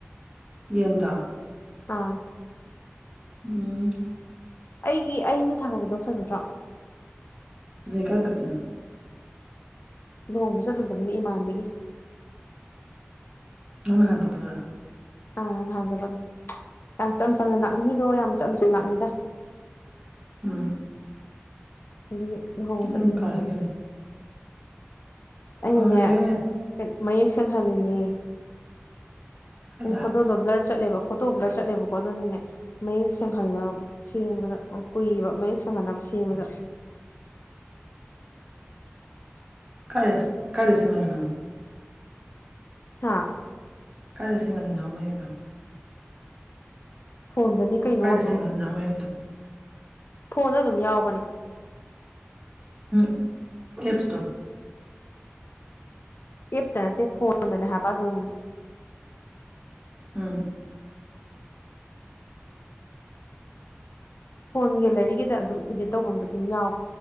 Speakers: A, on the right; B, on the left.
A: ꯌꯦꯟꯗꯣ
B: ꯑꯥ
A: ꯎꯝ
B: ꯑꯩꯒꯤ ꯑꯩꯅ ꯊꯥꯒꯠꯄꯗꯣ ꯐꯖꯗ꯭ꯔꯣ
A: ꯂꯩ ꯀꯥꯏ ꯆꯠꯄꯤꯅꯣ
B: ꯂꯨꯍꯣꯡꯕ ꯆꯠꯂꯨꯕꯒꯤꯅꯦ ꯏꯃꯥꯟꯅꯕꯤꯒꯤ
A: ꯅꯪ ꯅꯍꯥꯟ ꯆꯠꯄꯗꯨꯔꯣ
B: ꯑꯥ ꯅꯍꯥꯟ ꯆꯠꯄꯗꯣ ꯌꯥꯝ ꯆꯝ ꯆꯝꯅ ꯂꯥꯛꯅꯤꯡꯉꯤꯗꯣ ꯌꯥꯝ ꯆꯝ ꯆꯝꯅ ꯂꯥꯛꯅꯩꯗ
A: ꯎꯝ
B: ꯑꯗꯨꯒꯤ ꯂꯨꯍꯣꯡ ꯆꯠꯂꯨꯕꯒꯤꯅꯤ
A: ꯎꯝ ꯐꯔꯦ ꯀꯩꯅꯣ
B: ꯑꯩꯅꯅꯦ
A: ꯐꯔꯦ
B: ꯀꯅꯣ ꯃꯌꯦꯛ ꯁꯦꯡꯍꯜꯂꯤꯅꯦ
A: ꯀꯥꯏꯗ
B: ꯍꯥꯏꯗꯤ ꯐꯣꯇꯣꯗꯣ ꯕ꯭ꯂꯔ ꯆꯠꯂꯦꯕ ꯐꯣꯇꯣ ꯕꯂꯔ ꯆꯠꯂꯦꯕꯀꯣ ꯑꯗꯨꯅꯅꯦ ꯃꯌꯦꯛ ꯁꯦꯡꯍꯜꯂ ꯁꯦꯝꯕꯗ ꯀꯨꯏꯕ ꯃꯌꯦꯛ ꯁꯦꯡꯍꯟꯅꯕ ꯁꯦꯝꯕꯗ
A: <inaudible> ꯀꯥꯏꯗ ꯀꯥꯏꯗ ꯁꯦꯡꯍꯜꯂꯤꯅꯣ
B: ꯍꯥꯥ
A: ꯀꯥꯏꯗ ꯁꯦꯡꯍꯜꯂꯤꯅꯣꯕ ꯋꯦꯟꯗꯣ
B: ꯐꯣꯟꯗꯅꯤ ꯀꯩꯅꯣ
A: ꯀꯥꯏꯗ
B: ꯑꯗꯨꯝ
A: ꯁꯦꯝꯒꯠꯂꯤꯅꯣꯕ ꯃꯌꯦꯛꯇꯣ
B: ꯐꯣꯟꯗ ꯑꯗꯨꯝ ꯌꯥꯎꯕꯅꯦ
A: ꯎꯝ ꯑꯦꯞꯁ ꯇꯣ
B: ꯑꯦꯞꯇ ꯅꯠꯇꯦ ꯐꯣꯟꯗꯅꯦ ꯍꯥꯏꯕ ꯑꯗꯨꯝ
A: ꯎꯝ
B: ꯐꯣꯟ ꯒꯦꯂꯔꯤꯒꯤꯗ ꯑꯗꯨꯝ ꯏꯗꯤꯠ ꯇꯧꯕꯝꯗ ꯑꯗꯨꯝ ꯌꯥꯎ